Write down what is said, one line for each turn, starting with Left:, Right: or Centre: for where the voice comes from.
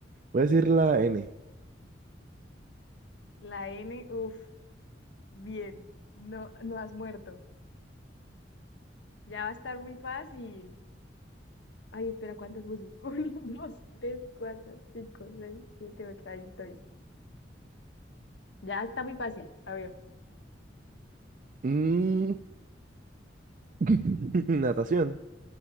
Right: voy a decir la N.
Left: La N, uff. Bien, no, no has muerto. Ya va a estar muy fácil. Ay, espera, ¿cuántas puse? <laughs> Uno, dos, tres, cuatro, cinco, seis, siete, ocho. Ahí estoy. Ya está muy fácil. A ver,
Right: Mm, <laughs> Natación.